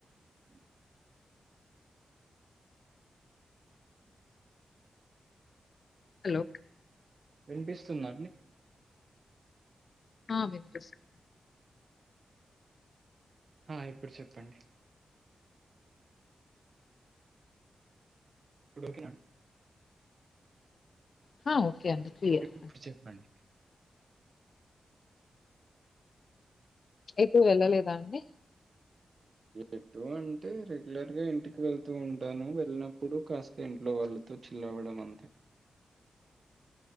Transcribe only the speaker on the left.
హలో
ఆ వినిపిస్తుంది
హా ఒకే ఓకే అంత క్లియర్
ఎప్పుడు వెళ్ళలేదా అండి